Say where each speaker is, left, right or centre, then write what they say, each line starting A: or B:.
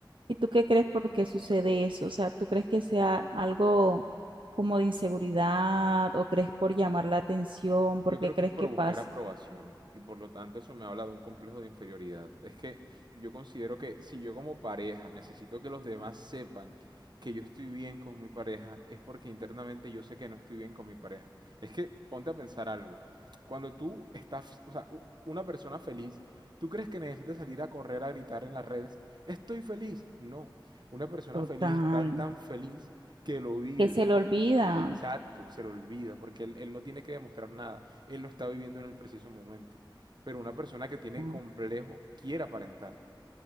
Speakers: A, on the right; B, on the right.
A: ¿Y tú qué crees por qué sucede eso? O sea, ¿tú crees que sea algo como de inseguridad o crees por llamar la atención?
B: Yo
A: ¿Por
B: creo
A: qué crees
B: que es por
A: que
B: buscar
A: pasa?
B: aprobación y por lo tanto eso me habla de un complejo de inferioridad. Es que yo considero que si yo como pareja necesito que los demás sepan que yo estoy bien con mi pareja, es porque internamente yo sé que no estoy bien con mi pareja. Es que ponte a pensar algo. Cuando tú estás, o sea, u- una persona feliz, ¿tú crees que necesita salir a correr a gritar en las redes, estoy feliz? No. Una persona
A: Total.
B: feliz está tan feliz que lo vive
A: Que se le olvida.
B: Exacto, se lo olvida, porque él, él no tiene que demostrar nada, él lo está viviendo en el preciso momento. Pero una persona que tiene
A: ¿no?
B: complejo quiere aparentar.